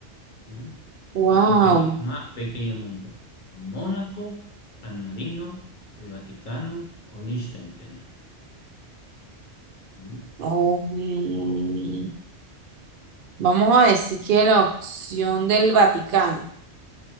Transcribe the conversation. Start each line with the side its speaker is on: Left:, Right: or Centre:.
Left: ¿sí?
Right: Wow.
Left: ¿Cuál es el país más pequeño del mundo? ¿Mónaco, San Marino, el Vaticano o Liechtenstein? ¿Mm?
Right: Oh, man. Vamos a decir que la opción del Vaticano.